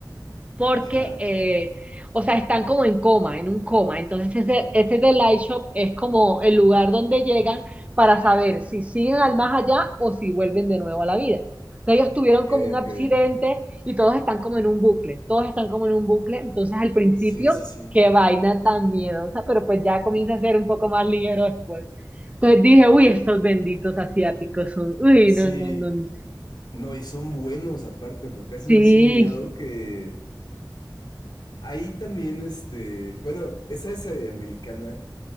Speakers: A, on the right; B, on the left.
A: porque,
B: Ajá,
A: eh, o sea, están como en coma, en un coma. Entonces, ese, ese The Light Shop es como el lugar donde llegan para saber si siguen al más allá o si vuelven de nuevo a la vida. Entonces, ellos tuvieron
B: ok,
A: como un
B: ok.
A: accidente y todos están como en un bucle, todos están como en un bucle. Entonces, al principio,
B: Sí, sí, sí.
A: qué vaina tan miedosa, pero pues ya comienza a ser un poco más ligero después. Entonces dije, uy, estos benditos asiáticos son, uy,
B: Sí,
A: no, no, no, no.
B: no, y son buenos aparte, porque hacen
A: sí,
B: ese miedo que ahí también, este, bueno, esa es eh, americana,